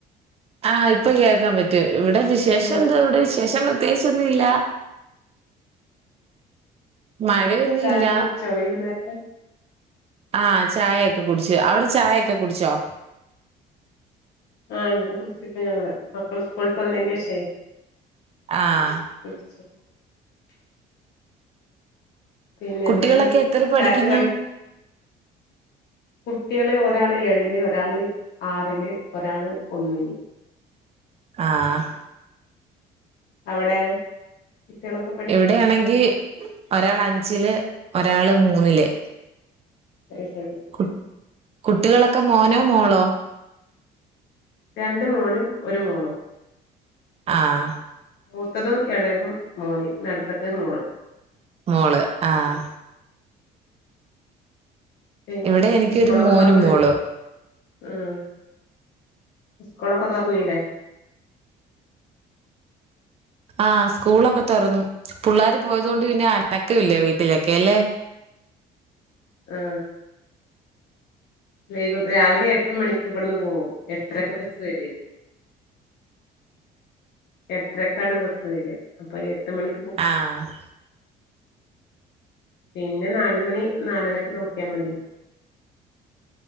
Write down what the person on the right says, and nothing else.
ആഹ് ഇപ്പൊ കേൾക്കാൻ പറ്റൂ ഇവിടെ വിശേഷം
എന്തോ ഇവിടെ വിശേഷം പ്രത്യേകിച്ചൊന്നും ഇല്ല മഴയൊന്നും
ഇല്ല
ആഹ് ചായയൊക്കെ കുടിച്ചു അവിടെ ചായയൊക്കെ കുടിച്ചോ?
ആഹ്
കുട്ടികളൊക്കെ എത്ര പഠിക്കുന്നു
ആഹ്
എവിടാണെങ്കി ഒരാള് അഞ്ചില് ഒരാള് മൂന്നില്.
കു കുട്ടികളൊക്കെ മോനോ മോളോ?
ആഹ്
മോള് ആഹ്.
ഇവിടെ എനിക്കൊരു
മോനും
മോളും
ആഹ് സ്കൂളൊക്കെ തൊറന്നു പുള്ളാര് പോയതോണ്ട് പിന്നെ അനക്ക ഇല്ല വീട്ടിലൊക്കെല്ലേ?
ആഹ്